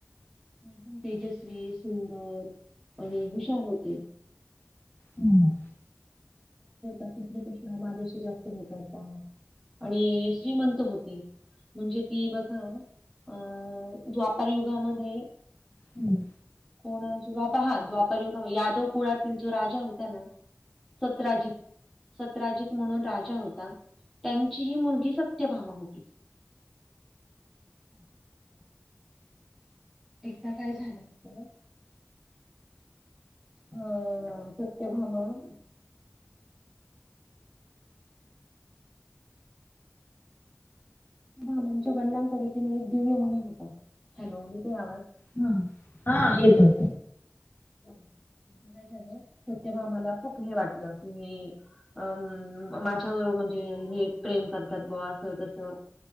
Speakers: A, in the centre; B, on the left.
A: एकदम तेजस्वी सुंदर आणि हुशार होति.
B: हम्.
A: श्रीकृष्ण माझ्याशी जास्त हे करतात. आणि श्रीमंत होती म्हणजे ती बघा. अ द्वापार युगामध्ये.
B: हम्.
A: कुणाची हा द्वापार युगामध्ये यादव कुळातील जो राजा होता ना. सतराजित. सतराजित म्हणून राजा होता त्यांची ही मुलगी सत्यभामा होती. एकदा काय झालं होतं. अ सत्यभामाउं. भामांच्या वडिलांकडे की नाय एक दिव्य मणी होता हॅलो येतोय आवाज.
B: हा हा येतोय.
A: एकदा काय झालं सत्यभामाला खूप हे वाटलं की. अं माझ्यावर म्हणजे हे प्रेम करतात ब असं तसं.